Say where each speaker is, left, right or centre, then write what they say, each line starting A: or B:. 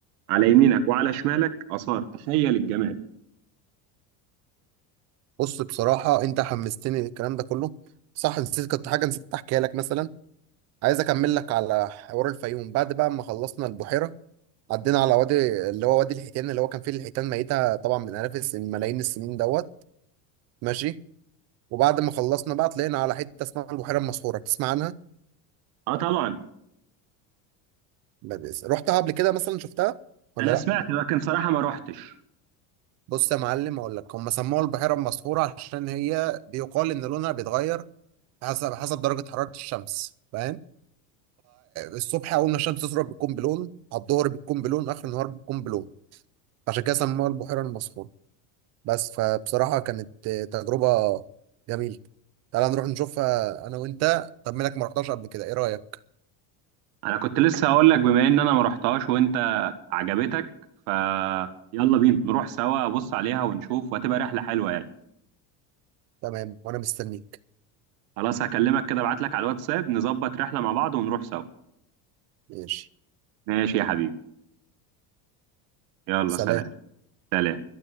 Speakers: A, on the right; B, on the right.
A: على يمينك وعلى شمالك آثار تخيل الجمال
B: بص بصراحه انت حمستني الكلام ده كله صح نسيت كنت حاجه نسيت احكيها لك مثلا عايز اكمل لك على حوار الفيوم بعد بقى ما خلصنا البحيره عدينا على وادي اللي هو وادي الحيتان اللي هو كان فيه الحيتان ميته طبعا من الاف السنين ملايين السنين دوت ماشي وبعد ما خلصنا بقى طلعنا على حته اسمها البحيره المسحوره تسمع عنها
A: اه طبعا
B: ما بيس- رحتها قبل كده مثلا شفتها ولا
A: انا
B: لا
A: سمعت لكن صراحة ما روحتش
B: بص يا معلم اقول لك هم سموها البحيره المسحوره عشان هي بيقال ان لونها بيتغير حسب حسب درجه حراره الشمس فاهم الصبح اول ما الشمس تظهر بتكون بلون على الظهر بتكون بلون اخر النهار بتكون بلون عشان كده سموها البحيره المسحوره بس فبصراحة كانت تجربة جميلة تعالى نروح نشوفها أنا وأنت طب مالك ما رحتهاش قبل كده إيه رأيك؟
A: انا كنت لسه هقول لك بما ان انا ما روحتهاش وانت عجبتك ف يلا بينا نروح سوا ابص عليها ونشوف وهتبقى رحلة حلوة يعني
B: تمام وأنا مستنيك
A: خلاص هكلمك كده ابعت لك على الواتساب نظبط رحلة مع بعض ونروح سوا
B: ماشي
A: ماشي يا حبيبي يلا
B: سلام
A: سلام سلام